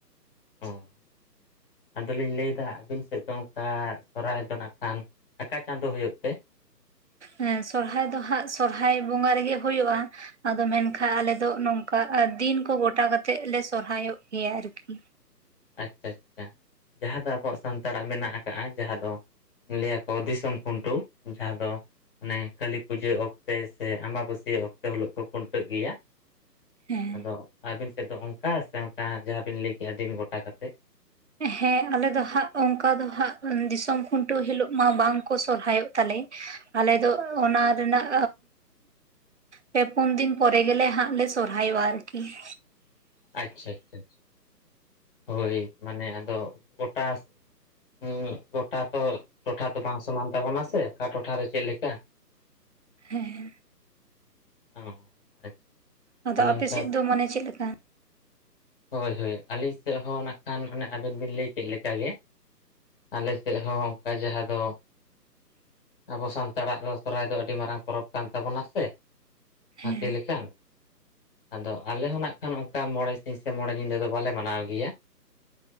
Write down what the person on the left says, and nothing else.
ᱦᱚᱸ ᱟᱫᱚ ᱞᱤᱧ ᱞᱟᱹᱭ ᱮᱫᱟ᱾ ᱟᱵᱮᱱ ᱥᱮᱫ ᱫᱚ ᱚᱱᱠᱟ ᱥᱚᱨᱦᱟᱭ ᱫᱚ ᱱᱟᱠᱷᱟᱱ ᱟᱠᱟ ᱪᱟᱸᱫᱳ ᱦᱩᱭᱩᱜ ᱛᱮ?
ᱟᱪᱪᱷᱟ ᱟᱪᱪᱷᱟ, ᱡᱟᱦᱟᱸ ᱫᱚ ᱟᱵᱚᱣᱟᱜ ᱥᱟᱱᱛᱟᱲᱟᱜ ᱢᱮᱱᱟᱜ ᱟᱠᱟᱫᱟ, ᱡᱟᱦᱟᱸ ᱫᱚ ᱞᱟᱹᱭ ᱟᱠᱚ ᱫᱤᱥᱚᱢ ᱠᱷᱩᱱᱴᱟᱹᱣ ᱡᱟᱦᱟᱸ ᱫᱚ ᱟᱱᱮ ᱠᱟᱹᱞᱤ ᱯᱩᱡᱟᱹ ᱚᱠᱛᱮ ᱥᱮ ᱟᱢᱵᱟᱹᱥᱤᱭᱟᱹ ᱚᱠᱛᱮ ᱦᱤᱞᱳᱜ ᱠᱚ ᱠᱷᱩᱱᱴᱟᱹᱜ ᱜᱮᱭᱟ᱾
ᱟᱫᱚ ᱟᱹᱵᱤᱱ ᱥᱮᱫ ᱫᱚ ᱚᱱᱠᱟ ᱥᱮ ᱚᱱᱠᱟ ᱡᱟᱦᱟᱸ ᱵᱤᱱ ᱞᱟᱹᱭ ᱠᱮᱜᱼᱟ ᱫᱤᱱ ᱜᱚᱴᱟ ᱠᱟᱛᱮᱫ?
ᱟᱪᱪᱷᱟ ᱟᱪᱪᱷᱟ, ᱦᱳᱭ ᱢᱟᱱᱮ ᱟᱫᱚ ᱜᱚᱴᱟ <unintelligible> ᱜᱚᱴᱟ ᱛᱚ, ᱴᱚᱴᱷᱟ ᱛᱚ ᱵᱟᱝ ᱥᱚᱢᱟᱱ ᱛᱟᱵᱚᱱᱟ ᱥᱮ ᱚᱠᱟ ᱴᱚᱴᱷᱟ ᱨᱮ ᱪᱮᱫ ᱞᱮᱠᱟ᱾
ᱚ ᱟᱪᱪᱷᱟ
ᱛᱟᱦᱚᱞᱮ
ᱚᱱᱠᱟ
ᱦᱳᱭ ᱦᱳᱭ, ᱟᱹᱞᱮ ᱥᱮᱫ ᱦᱚᱸ ᱱᱟᱜᱠᱷᱟᱱ ᱟᱹᱵᱤᱱ ᱵᱮᱱ ᱞᱟᱹᱭ ᱠᱮᱜ ‌ᱞᱮᱠᱟ ᱜᱮ᱾ ᱟᱞᱮ ᱥᱮᱫ ᱦᱚᱸ ᱚᱱᱠᱟ ᱡᱟᱦᱟᱸ ᱫᱚ ᱟᱵᱚ ᱥᱟᱱᱛᱟᱲᱟᱜ ᱫᱚ ᱥᱚᱦᱚᱨᱟᱭ ᱫᱚ ᱟᱹᱰᱤ ᱢᱟᱨᱟᱝ ᱯᱚᱨᱚᱵᱽ ᱠᱟᱱ ᱛᱟᱵᱚᱱᱟ ᱥᱮ
ᱦᱟᱹᱛᱤ ᱞᱮᱠᱟᱱ᱾ ᱟᱫᱚ ᱟᱞᱮ ᱦᱚᱸ ᱱᱟᱝᱠᱷᱟᱱ ᱚᱱᱠᱟ ᱢᱚᱬᱮ ᱥᱤᱧ ᱥᱮ ᱢᱚᱬᱮ ᱧᱤᱫᱟᱹ ᱫᱚ ᱵᱟᱞᱮ ᱢᱟᱱᱟᱣ ᱜᱮᱭᱟ᱾